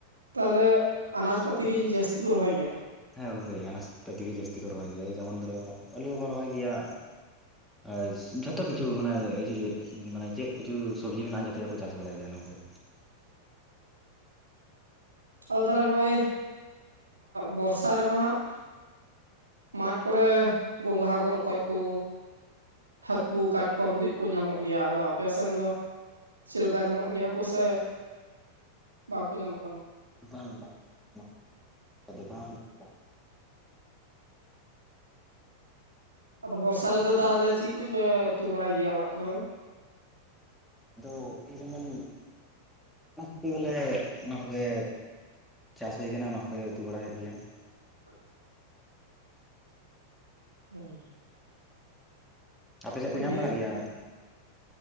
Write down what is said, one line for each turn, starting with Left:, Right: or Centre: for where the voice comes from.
Right: ᱛᱟᱦᱚᱞᱮ ᱟᱱᱟᱡ ᱯᱟᱹᱛᱤ ᱜᱮ ᱡᱟᱹᱥᱛᱤ ᱠᱚ ᱨᱚᱦᱚᱭ ᱜᱮᱭᱟ?
Centre: ᱦᱮᱸ ᱦᱩᱭᱩ ᱟᱱᱟᱡᱯᱟᱛᱤ ᱜᱮ ᱡᱟᱹᱥᱛᱤ ᱠᱚ ᱨᱚᱦᱚᱭ ᱜᱮᱭᱟ ᱡᱮᱢᱚᱱ ᱫᱚ ᱟᱹᱞᱩ ᱦᱚᱸᱠᱚ ᱨᱚᱦᱚᱭ ᱜᱮᱭᱟ ᱟᱨ ᱡᱚᱛᱚ ᱠᱤᱪᱷᱩ ᱢᱟᱱᱮ ᱢᱟᱱᱮ ᱪᱮᱫ ᱠᱤᱪᱷᱩ ᱥᱚᱵᱡᱤ ᱢᱮᱱᱟᱜ-ᱟ ᱡᱷᱚᱛᱚ ᱜᱮᱠᱚ ᱪᱟᱥ ᱵᱟᱲᱟᱭ ᱜᱮᱭᱟ ᱱᱚᱣᱟ ᱠᱚᱨᱮ᱾
Right: ᱟᱫᱚ ᱛᱟᱦᱚᱞᱮ ᱱᱚᱜ-ᱚᱭ ᱵᱚᱨᱥᱟ ᱨᱮᱢᱟ ᱦᱟᱸᱜ ᱢᱟᱴ ᱠᱚᱨᱮ ᱜᱚᱝᱜᱷᱟ ᱠᱩ ᱨᱚᱠᱚᱡ ᱠᱩ ᱦᱟᱹᱠᱩ ᱠᱟᱴᱠᱚᱢ ᱠᱩ ᱧᱟᱢᱚᱜ ᱜᱮᱭᱟ ᱟᱫᱚ ᱟᱯᱮᱥᱱ ᱫᱚ ᱥᱮᱣᱠᱟ ᱧᱟᱢᱚᱜ ᱜᱮᱭᱟ ᱠᱚ ᱥᱮ ᱵᱟᱝᱠᱚ ᱧᱟᱢᱚᱜ ᱠᱟᱱᱟ?
Centre: ᱵᱟᱝ ᱵᱟᱝ ᱵᱟᱝ ᱟᱫᱚ ᱵᱟᱝ ᱵᱟᱝ᱾
Right: ᱟᱫᱚ ᱵᱚᱨᱥᱟ ᱨᱮᱫᱚ ᱛᱟᱦᱚᱞᱮ ᱪᱮᱫ ᱠᱩᱡ ᱯᱮ ᱩᱛᱩ ᱵᱟᱲᱟᱭ ᱜᱮᱭᱟ ᱚᱲᱟᱜ ᱠᱚᱨᱮ?
Centre: ᱟᱫᱚ ᱮᱭ ᱡᱮᱢᱚᱱ ᱩᱛᱩᱭᱟᱞᱮ ᱚᱱᱟ ᱠᱚᱜᱮ, ᱪᱟᱥ ᱦᱩᱭ ᱠᱟᱱᱟ ᱚᱱᱟ ᱠᱚᱜᱮ ᱩᱛᱩ ᱵᱟᱲᱟ ᱦᱩᱭᱩᱜ ᱜᱮᱭᱟ᱾
Right: <inaudible> ᱦᱩᱸ᱾
Centre: ᱟᱯᱮ ᱥᱮᱫ ᱠᱚ ᱧᱟᱢ
Right: ᱵᱤᱨ
Centre: ᱵᱟᱲᱟᱜ ᱜᱮᱭᱟ?